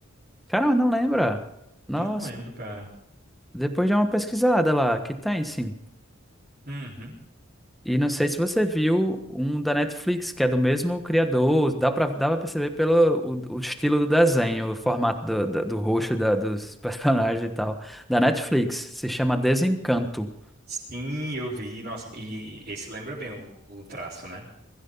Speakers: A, in the centre; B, on the right (about 45°).
A: Cara, não lembra. Nossa,
B: Não lembro, cara.
A: depois de uma pesquisada lá, que tem sim.
B: Uhum.
A: E não sei se você viu um da Netflix, que é do mesmo criador. Dá pra, dá pra perceber pelo o, o estilo do desenho, o formato do, do, do rosto da- dos <laughs> personagens e tal. Da Netflix. Se chama Desencanto.
B: Sim, eu vi. Nossa, e esse lembra bem o, o traço, né?